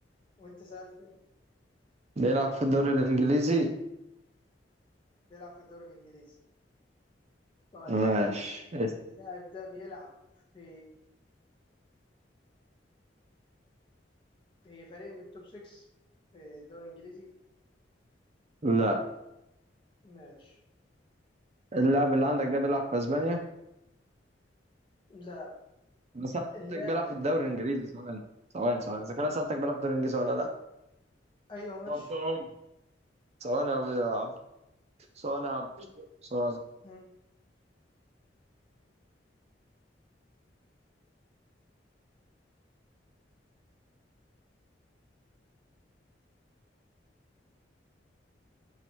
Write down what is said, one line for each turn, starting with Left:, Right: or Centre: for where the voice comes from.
Left: وانت سالت
Right: بيلعب في الدوري الانجليزي
Left: بيلعب في الدوري الانجليزي طيب
Right: ماشي اسأل.
Left: اللاعب ده بيلعب في في فريق من التوب 6 في الدوري الانجليزي
Right: لا
Left: ماشي
Right: اللاعب اللي عندك ده بيلعب في اسبانيا
Left: لا
Right: انا سالتك
Left: اللاعب
Right: بيلعب في الدوري الانجليزي سواء سواء سواء اذا كان أنا سالتك بيلعب في الدوري الانجليزي ولا لا
Left: ايوه ماشي
Right: اتفضل سواء يا عبد سواء يا عبد سواء
Left: مم.